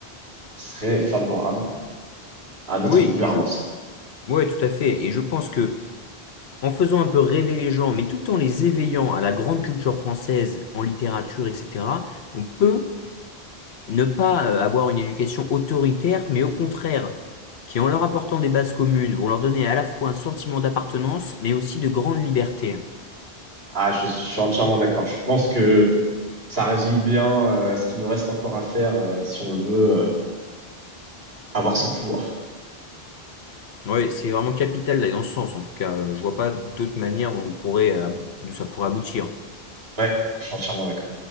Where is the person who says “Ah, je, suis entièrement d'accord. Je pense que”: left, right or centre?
Right